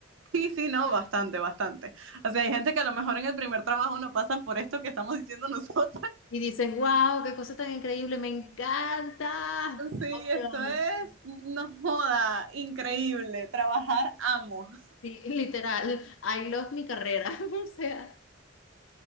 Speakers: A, on the right; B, on the left.
A: Sí, sí, no, bastante, bastante. O sea, hay gente que a lo mejor en el primer trabajo no pasan por esto que estamos diciendo nosotros.
B: Y dices, wow, qué cosa tan increíble, me encanta. Qué
A: Sí, esto
B: emoción.
A: es, no joda, increíble. Trabajar amo.
B: Sí, literal, I love mi carrera. <laughs> O sea,